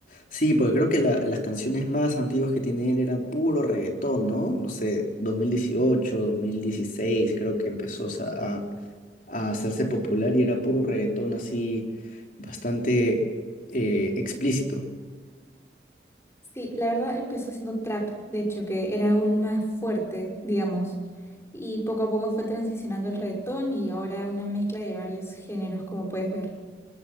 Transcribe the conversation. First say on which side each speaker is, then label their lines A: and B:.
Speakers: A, on the left; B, on the left.
A: Sí, porque creo que la- las canciones más antiguas que tiene él eran puro reggaetón, ¿no? No sé, dos dos mil dieciocho, dos mil dieciséis, creo que empezó a, a a hacerse popular y era puro reggaetón así, bastante eh, explícito.
B: Sí, la verdad empezó siendo trap, de hecho, que era aún más fuerte, digamos, y poco a poco fue transicionando el reggaetón y ahora una mezcla de varios géneros, como puedes ver.